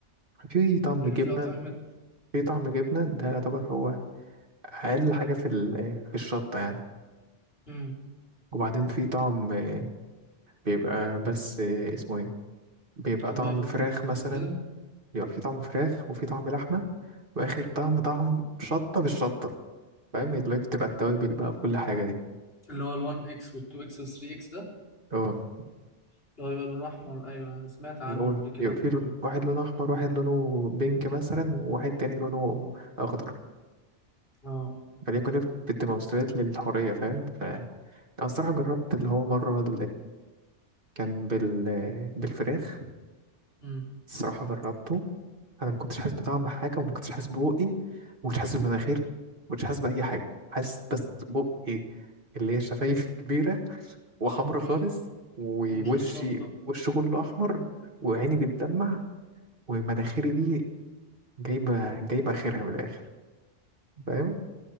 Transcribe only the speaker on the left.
بيبقى
فيها طعمة
مم.
توابل
وحاجات
زي كده
اللي هو ال1 إكس وال2 إكس وال3 إكس ده
اللي هو بيبقى لونه أحمر أيوه سمعت عنه
قبل كده
أه
مم.
مم.
مش هتشطة